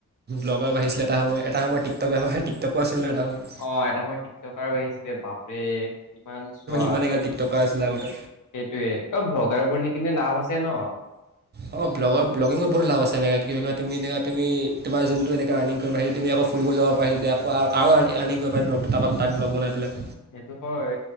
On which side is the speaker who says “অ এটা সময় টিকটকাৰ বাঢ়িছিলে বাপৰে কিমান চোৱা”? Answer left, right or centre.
Left